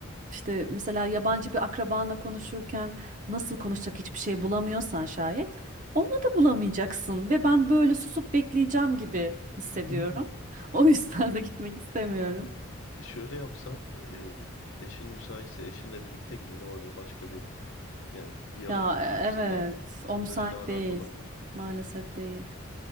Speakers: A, on the right; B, on the left.
A: işte mesela yabancı bir akrabanla konuşurken nasıl konuşacak hiçbir şey bulamıyorsan şayet onu da bulamayacaksın
B: Hı hı.
A: ve ben böyle susup bekleyeceğim gibi hissediyorum.
B: <laughs>
A: <laughs> O yüzden de gitmek istemiyorum.
B: E, Şöyle yapsan e, eşin müsaitse eşinle birlikte gidin O öyle başka bir yani diyalog
A: Ya e-
B: açısından
A: evet o müsait
B: öyle daha
A: değil
B: rahat olabilir.
A: maalesef değil.